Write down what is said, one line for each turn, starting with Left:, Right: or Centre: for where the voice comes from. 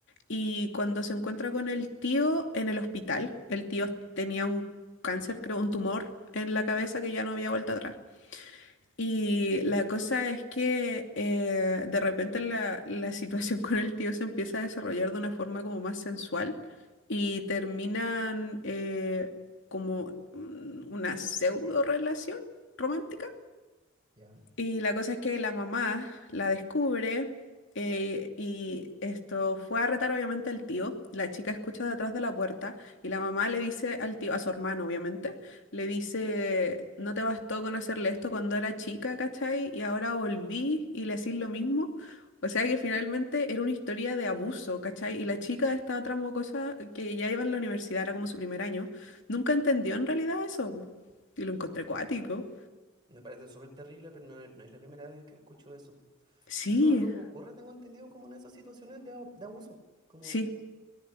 Left: y cuando se encuentra con el tío en el hospital, el tío tenía un cáncer, creo, un tumor en la cabeza que ya no había vuelta atrás. Y la cosa es que eh, de repente la, la situación <laughs> con el tío se empieza a desarrollar de una forma como más sensual y terminan eh, como mm, una pseudo relación romántica.
Right: ya.
Left: Y la cosa es que la mamá la descubre eh, y esto fue a retar obviamente al tío. La chica escucha detrás de la puerta y la mamá le dice al tío, a su hermano obviamente, le dice, no te bastó con hacerle esto cuando era chica, ¿cachai? Y ahora volví y le decís lo mismo. O sea que finalmente era una historia de abuso, ¿cachai? Y la chica, esta otra mocosa que ya iba en la universidad, era como su primer año, nunca entendió en realidad eso. po. Y lo encontré cuático.
Right: Me parece súper terrible, pero no, no es la primera vez que escucho eso.
Left: Sí,
Right: Eso es algo que ocurre, tengo entendido, como en esas situaciones de, a- de abuso, como
Left: sí.